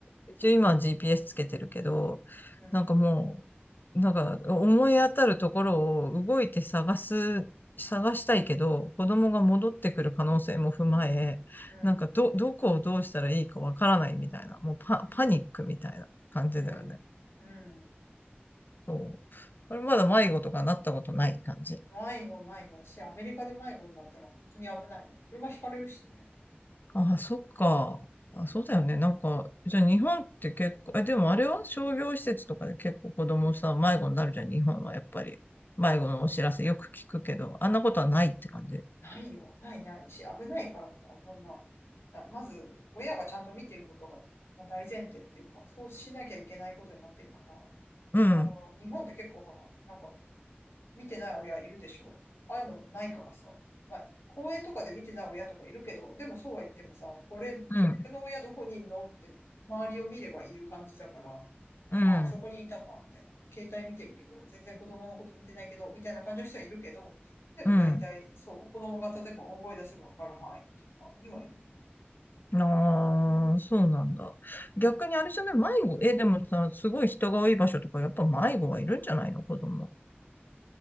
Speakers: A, on the left; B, on the left.
A: 一応今 GPS つけてるけど、
B: うん、
A: なんかもう、なんか思い当たるところを動いて探す、探したいけど、子供が戻ってくる可能性も踏まえ、
B: うん、
A: なんかど、どこをどうしたらいいかわからないみたいな、もうパ、
B: うん、
A: パニックみたいな感じだよね。
B: うん。うん
A: そう。あれまだ迷子とかなったことない感じ。
B: 迷子ないね。し、アメリカで迷子になったら本当に危ないね。車ひかれるしね。
A: ああ、そっか。あ、そうだよね。なんか、じゃあ日本って結構、え、でもあれは商業施設とかで結構子供さ、迷子になるじゃん、日本はやっぱり。迷子のお知らせよく聞くけど、あんなことはないって感じ。
B: ないよ。ないないし、危ないからさ、そんな、なまず、親がちゃんと見てることが、まあ、大前提っていうか、そうしなきゃいけないことになってるから、
A: うん、
B: あの、日本って結構ほら、なんか、見てない親いるでしょああいうのないからさ。まあ、公園とかで見てない親とかいるけど、でもそうは言ってもさ、これ、この親どこにいんのって周りを見ればいる感じだから、
A: うん、うん、
B: ああ、そこにいたか、みたいな。携帯見てるけど、全然子供のこと見てないけど、みたいな感じの人はいるけど、でも大体そう、
A: うん。
B: 子供が例えば大声出せばわかる範囲っていうか、にはいるよね。
A: ああ、そうなんだ。逆にあれじゃない、
B: うん
A: 迷子、え、でもさ、すごい人が多い場所とか、やっぱ迷子はいるんじゃないの、子供。